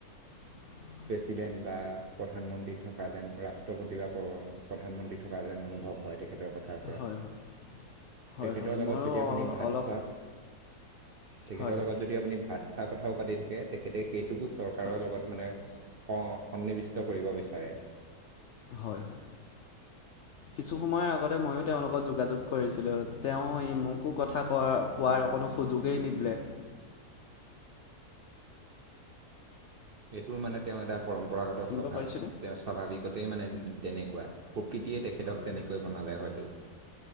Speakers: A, on the left; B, on the right.
A: <inaudible>
B: প্ৰেছিডেণ্ট বা প্ৰধানমন্ত্ৰী থকা যেন ৰাষ্ট্ৰপতি বা প্ৰধানমন্ত্ৰী থকা যেন অনুভৱ।
A: <inaudible>
B: হয় তেখেতৰ কথাৰ পৰা
A: হয় হয় হয়
B: তেখেতৰ
A: হয়
B: লগত
A: ময়ো
B: যদি আপুনি
A: অ-
B: ভাত
A: অলপ
B: খোৱা তেখেতৰ
A: হয় হয়
B: লগত যদি আপুনি ভাত খোৱা কথাও পাতি থাকে, তেখেতে সেইটোকো চৰকাৰৰ
A: হয়
B: লগত মানে স সন্নিৱিষ্ট কৰিব বিচাৰে।
A: হয় হয়। কিছু সময়ৰ আগতে ময়ো তেওঁলোকত যোগাযোগ কৰিছিলোঁ তেওঁ এই মোকো কথা কোৱা কোৱাৰ অকণো সুযোগেই নিদিলে।
B: এইটোৰ মানে তেওঁ এটা পৰম্পৰাগত
A: শুনিব
B: স্বভাৱ।
A: পাৰিছেনে
B: তেওঁ স্বাভাৱিক মানে তেনেকুৱা প্ৰকৃতিয়ে তেখেতক
A: হয় হয়
B: তেনেকৈ বনালে হয়তো।